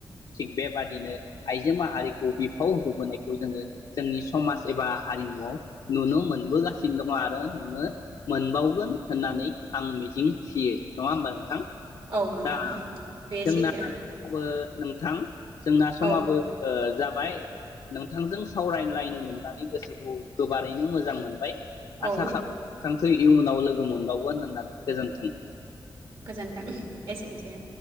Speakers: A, on the left (about 65°); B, on the right (about 75°).
A: थिग बेबादिनो आइजो माहारिखौ बिफाव होबोनायखौ जोङो जोंनि समाज एबा हारिमुवाव नुनो मोनबोगासिनो दङ आरो नुनो मोनबावगोन होननानै आं मिजिं थियो नङा होमबा नोंथां?
B: औ नोंथां
A: दा
B: बेयो
A: जोंना
B: सैथो।
A: बो नोंथां जोंना समाबो
B: औ
A: ओ जा बाय नोंथांजों सावरायलायनो मोननानै गोसोखौ गोबारैनो मोजां मोनबाय
B: औ
A: आसा खा थां <unintelligible> इयुनाव लोगो मोनबावगोन होननानै गोजोनथों।
B: गोजोन्थों एसेनोसै।